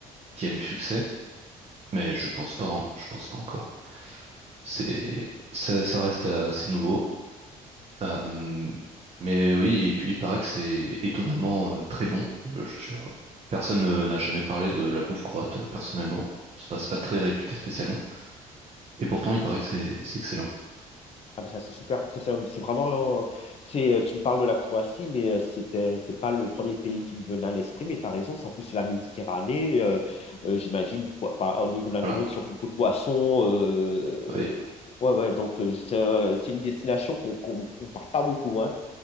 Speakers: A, on the right; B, on the left.
A: qui a du succès, mais je pense pas, hein. je pense pas encore. C'est, ça, ça reste euh, assez nouveau. Euh, mais oui, et puis il paraît que c'est étonnamment euh, très bon. Euh, je- je- personne euh, n'a jamais parlé de la bouffe croate, euh, personnellement. C'est pas, c'est pas très réputé spécialement. Et pourtant, il paraît que c'est c'est excellent.
B: Ah ben ça, c'est super. Ça, c'est un- c'est vraiment. un- C'est, euh, tu me parles de la Croatie, mais euh, c'était, c'est pas le premier pays qui me venait à l'esprit, mais tu as raison. c'est- En plus, c'est la Méditerranée. euh, euh, j'imagine, du po- par- au niveau de la
A: Voilà.
B: nourriture, beaucoup de poissons. euh,
A: Ouais,
B: ouais, ouais, donc euh, c'est un- c'est une destination qu'on qu'on qu'on parle pas beaucoup. hein.